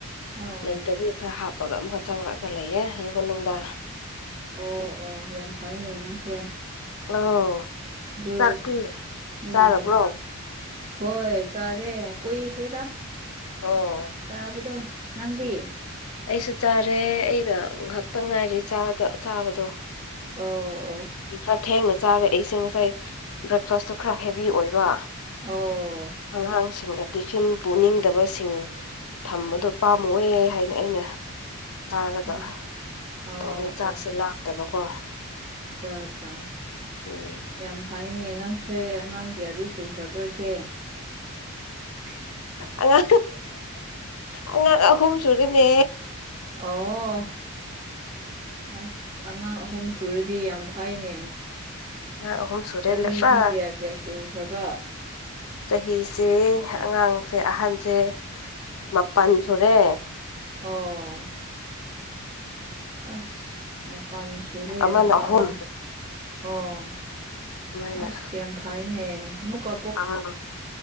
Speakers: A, on the right; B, on the left.
A: ꯑꯣ
B: ꯂꯩꯇꯕꯒꯤ ꯈꯔ ꯍꯥꯞꯄꯒ ꯑꯃꯨꯛꯀ ꯆꯪꯂꯛꯑꯒ ꯂꯩꯌꯦ ꯌꯨꯝ ꯃꯅꯨꯡꯗ
A: ꯑꯣ ꯑꯣ ꯌꯥꯝ ꯐꯩꯅꯦ ꯅꯪꯁꯦ
B: ꯑꯧ
A: ꯑꯗꯨ
B: ꯆꯥꯛꯇꯤ
A: ꯎꯝ
B: ꯆꯥꯔꯕ꯭ꯔꯣ
A: ꯍꯣꯏ ꯆꯥꯔꯦ ꯀꯨꯏꯈ꯭ꯔꯦꯗꯥ
B: ꯑꯣ
A: ꯆꯥꯕꯗꯣ ꯅꯪꯗꯤ
B: ꯑꯩꯁꯨ ꯆꯥꯔꯦ ꯑꯩꯅ ꯉꯍꯥꯛꯇꯪ ꯉꯥꯏꯔꯤ ꯆꯥꯗ ꯆꯥꯕꯗꯣ
A: ꯑꯣ ꯑꯣ
B: ꯍꯧꯖꯤꯛ ꯈꯔ ꯊꯦꯡꯅ ꯆꯥꯔꯦ ꯑꯩꯁꯦ ꯉꯁꯥꯏ ꯕ꯭ꯔꯦꯛꯐꯥꯁꯇꯨ ꯈꯔ ꯍꯦꯚꯤ ꯑꯣꯏꯕ
A: ꯑꯣ
B: ꯑꯉꯥꯡꯁꯤꯡꯅ ꯇꯤꯐꯤꯟ ꯄꯨꯅꯤꯡꯗꯕꯁꯤꯡ ꯊꯝꯕꯗꯣ ꯄꯥꯝꯃꯨꯏꯑꯦ ꯍꯥꯏꯗꯅ ꯑꯩꯅ ꯆꯥꯔꯒ
A: ꯎꯝ ꯑꯣ
B: ꯇꯧꯕꯒꯤ ꯆꯥꯛꯁꯦ ꯂꯥꯝꯗꯕꯀꯣ
A: ꯆꯥꯛ ꯆꯥ
B: ꯑꯣ
A: ꯌꯥꯝ ꯐꯩꯅꯦ ꯅꯪꯁꯦ ꯑꯉꯥꯡ ꯀꯌꯥꯗꯤ ꯁꯨꯈ꯭ꯔꯕ꯭ꯔꯣ ꯏꯆꯦ <unintelligible>
B: ꯑꯉꯥꯡ ꯑꯉꯥꯡ ꯑꯍꯨꯝ ꯁꯨꯔꯦꯅꯦ
A: ꯑꯣ ꯑꯁ ꯑꯉꯥꯡ ꯑꯍꯨꯝ ꯁꯨꯔꯗꯤ ꯌꯥꯝ ꯐꯩꯅꯦ
B: ꯑꯉꯥꯡ ꯑꯍꯨꯝ ꯁꯨꯔꯦ
A: ꯆꯍꯤꯗꯤ
B: ꯄꯨꯔꯥ
A: ꯀꯌꯥ ꯀꯌꯥ ꯁꯨꯈ꯭ꯔꯕ
B: ꯆꯍꯤꯁꯦ ꯑꯉꯥꯡꯁꯦ ꯑꯍꯟꯁꯦ ꯃꯥꯄꯜ ꯁꯨꯔꯦ
A: ꯑꯣ ꯑꯁ ꯃꯄꯟ ꯁꯨꯔꯦ
B: ꯑꯃꯅ ꯑꯍꯨꯝ
A: ꯑꯣ ꯑꯣ
B: ꯑꯗꯨꯃꯥꯏꯅ
A: ꯑꯁ ꯌꯥꯝ ꯐꯥꯏꯅꯦ ꯃꯨꯛꯀ
B: ꯑꯉꯥꯡ